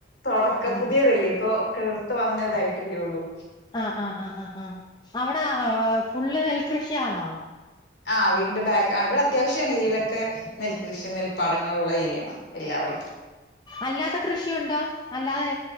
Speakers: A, on the left; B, on the left.
A: തുടക്ക
B: ആഹ്
A: പുതിയ വല്ല ഇപ്പൊ കിടർത്ത് വന്നതായിട്ടല്ലേ ഉള്ളൂ
B: ആ ആ ആ ആ ആ അവിടെ ഫുള്ള് നെൽകൃഷിയാണോ
A: ആഹ് വീട്ടിന്റെ ബാക്ക് ഇവിടെ അത്യാവശ്യം ഏരിയയിലൊക്കെ നെൽകൃഷി നെൽപ്പാടങ്ങള ഉള്ള ഏരിയാണ് എല്ലാവിടെയും
B: അല്ലാത്ത കൃഷിയുണ്ടോ അല്ലാെ